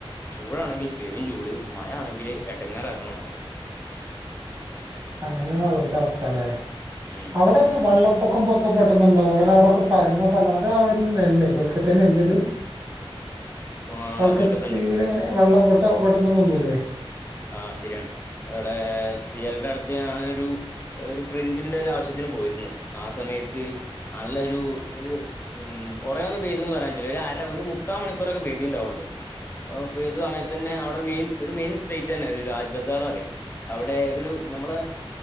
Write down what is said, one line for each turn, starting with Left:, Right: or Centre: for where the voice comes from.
Left: ചൂടാണെങ്കിൽ പെരും ചൂട് മഴ ആണെങ്കില് എടങ്ങേറാക്കണ മഴയും
Right: അങ്ങനെയുള്ള അവിടുത്തെ അവസ്ഥ ലേ
Left: ഉം.
Right: അവിടെ ഇന്നെ വെള്ളപ്പൊക്കം പൊക്കെ പെട്ട ണ്ട കാരണം അവിടെക്കെ പരുന്ന സ്ഥല അത് അവല്ലേ കൊൽക്കത്തേന്നെ നല്ലത്
Left: കൊ-
Right: കൊൽക്കത്തൽ
Left: കൊൽക്കത്ത ഉണ്ട്
Right: ഇങ്ങനെ വെള്ളം പൊട്ട പെട്ടെന്ന് പൊന്തുല്ലെ
Left: ആ ശരിയാണ് എവിടെ സി എലുടെ അടുത്ത് ഞാനൊരു ഒരു പ്രിന്റിന്റെ ഒരു ആവശ്യത്തിന് പോയിരുന്നു ആ സമയത്ത് നല്ലൊരു ഒരു ഉം കൊറേന്ന് പേയ്തി എന്ന് പറയ പറ്റൂല ഒരര ഒരു മുക്കാ മണിക്കൂറൊക്കെ പെയ്തി ണ്ടാവൊള്ളൂ പെയ്ത സമയത്ത് തന്നെ അവിടെ മെൻ ഒരു മെയിൻസ് സ്റ്റേറ്റ് തന്നെ ഒരു രാജ്ബസാർറ പറി അവിടെ ഒരു നമ്മള്